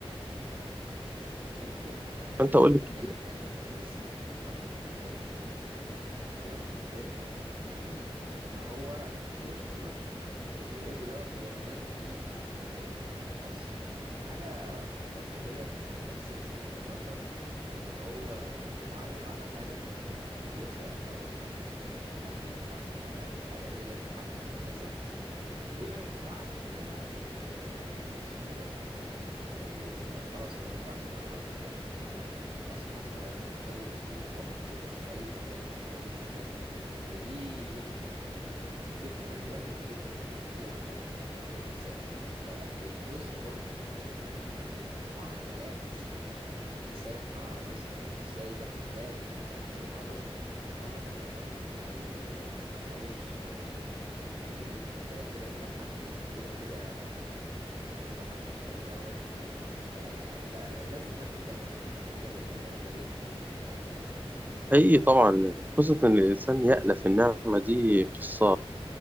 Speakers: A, on the right (about 60°); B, on the right (about 15°).
A: يمكن آه،
B: فأنت
A: من
B: أقول
A: الحاجات
B: لك
A: التانية في الرزق الواحد محتاج آه، ياخد باله منها <clears throat> ان هو يشكر <laughs> الرزق دوت ويمتن ليه امتنان آه، خاص حاجة فلسفية في في نفس ال- البشر ان هو لما بيتعود على الحاجة بيبدأ خلاص بقى هذه الحق ه- الحاجة ديت حق مكتسب وما ينفعش انها ت... اسمه ايه ده ت... ت... خلاص ما ينفعش ان انا ما اخدهاش انا انا استحق هذا الشيء طول الوقت وفي اي مكان وفي اي زمان ودي يمكن من الكبر الوحش جدا اللي بيجي عند ال... عند الانسان فيعني جزء برضو من معاملات ال... الانسان مع الرزق وازاي ياخد باله في تعامله مع الرزق ان هو ما يتكبرش ما ي... ما يحاولش يقول ده كده كده حقي وكده كده انا استحق كل دوت فلا لازم ناخد بالنا من حاجة زي كده ولا ايه
B: حقيقي طبعا قصة إن الإنسان يألف النعمة دي قصة